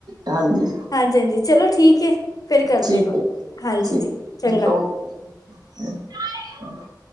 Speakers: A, on the right; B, on the left.
A: ਹਾਂਜੀ
B: ਹਾਂਜੀ, ਹਾਂਜੀ ਚਲੋ ਠੀਕ ਏ--ਫਿਰ ਕਰ
A: ਠੀਕ
B: ਦੇ
A: ਹੈ
B: ਹਾਂਜੀ
A: ਠੀਕ
B: ਜੀ ਚੰਗਾ
A: ਓਕੇ <unintelligible>